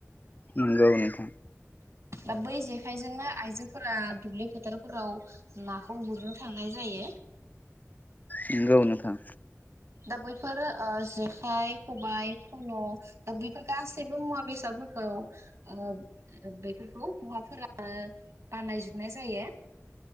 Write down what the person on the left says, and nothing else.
नंगौ नोंथां।
नंगौ नोथां।